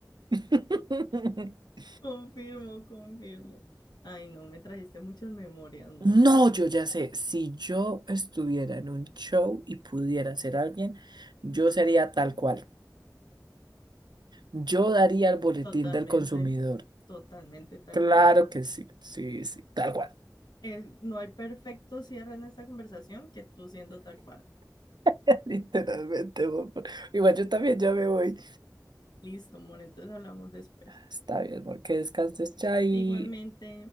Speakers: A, on the right; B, on the left.
A: <laughs>
B: Confirmo, confirmo. Ay, no, me trajiste muchas memorias, amor.
A: No, yo ya sé, si yo estuviera en un show y pudiera ser alguien, yo sería tal cual. Yo daría el boletín
B: Totalmente,
A: del consumidor.
B: totalmente tal
A: Claro
B: cual.
A: que sí, sí, sí, tal cual.
B: Es- no hay perfecto cierre en esta conversación que tú siendo tal cual.
A: <laughs> Literalmente, amor. Igual yo también ya me voy.
B: Listo, amor, entonces hablamos después.
A: Está bien, amor, que descanses, chai.
B: Igualmente.